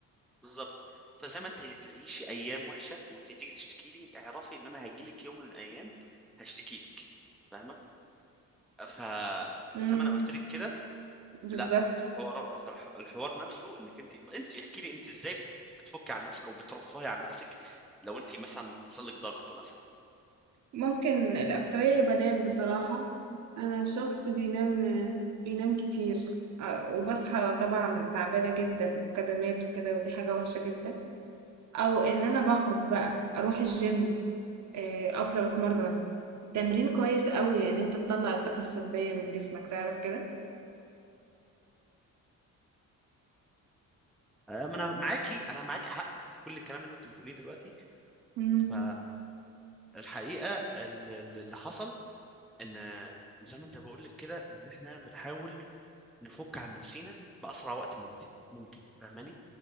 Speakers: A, in the centre; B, on the right.
A: بالظبط فزي ما انت هتعيشي ايام وحشه وانت هتيجي تشتكي لي اعرفي ان انا هجي لك يوم من الايام هشتكي لك فاهمه فزي
B: امم
A: ما انا قلت لك كده
B: بالظبط
A: لا الحوار فالح- الحوار نفسه انك انت انت احكي لي انت ازاي بت- بتفكي عن نفسك او بترفهي عن نفسك لو انت مثلا حصل لك ضغط مثلا
B: ممكن الاكتريه بنام بصراحه انا شخص بينام بينام كتير آه، وبصحى طبعا تعبانه جدا وكدمات وكده ودي حاجه وحشه جدا او ان انا بخرج بقى اروح الجيم آه، افضل اتمرن التمرين كويس قوي ان انت تطلع الطاقة السلبية من جسمك تعرف كده
A: أه، ما انا معاكي انا معاكي حق في كل الكلام اللي انت بتقوليه دلوقتي
B: مم.
A: ف الحقيقة ال- ال- اللي حصل ان زي ما انت بقول لك كده ان احنا بنحاول نفك عن نفسينا بأسرع وقت ممكن ممكن فاهماني